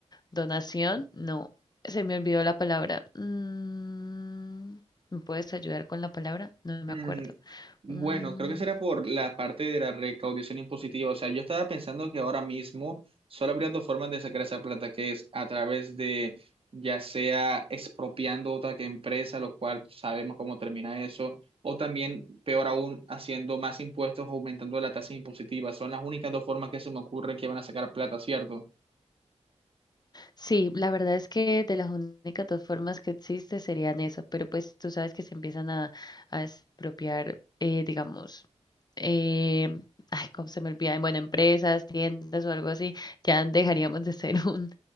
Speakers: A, on the left; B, on the right.
A: Donación, no, se me olvidó la palabra. Mm, ¿me puedes ayudar con la palabra? No me
B: Mm,
A: acuerdo.
B: Bueno,
A: Un-
B: creo que será por la parte de la recaudación impositiva. O sea, yo estaba pensando que ahora mismo solo habría dos formas de sacar esa plata, que es a través de ya sea expropiando otra que empresa, lo cual sabemos cómo termina eso, o también, peor aún, haciendo más impuestos, aumentando la tasa impositiva. Son las únicas dos formas que se me ocurren que van a sacar plata, ¿cierto?
A: Sí, la verdad es que de las únicas dos formas que existe serían eso, pero pues tú sabes que se empiezan a, a expropiar, eh, digamos, eh, ay, cómo se me olvida, bueno, empresas, tiendas o algo así, ya dejaríamos de ser un,